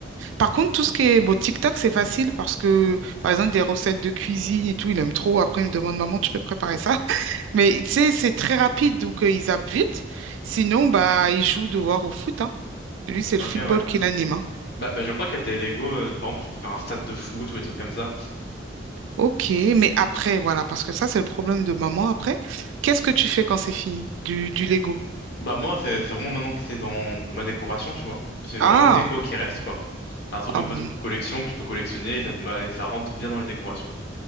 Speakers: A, on the right; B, on the left.
A: Par contre, tout ce qui est bon, TikTok, c'est facile parce que, par exemple, des recettes de cuisine et tout, il aime trop. Après, il me demande, maman, tu peux préparer ça? Mais tu sais, c'est très rapide, donc euh, ils zappent vite. Sinon, bah, ils jouent dehors au foot, hein. Lui, c'est le
B: Ok,
A: football
B: ouais.
A: qui l'anime, hein.
B: Bah, bah, je crois qu'il y a des Lego, euh, par exemple, tu peux faire un stade de foot ou des trucs comme ça.
A: Ok, mais après, voilà, parce que ça, c'est le problème de maman après. Qu'est-ce que tu fais quand c'est fini? Du, du Lego.
B: Bah moi c'est c'est vraiment maintenant que c'est dans, dans ma décoration tu vois. C'est vraiment
A: Ah,
B: une déco qui reste quoi. Enfin, Un truc
A: ah
B: un
A: bon.
B: peu de collection que tu peux collectionner et ça, te- bah, et ça rentre bien dans les décorations.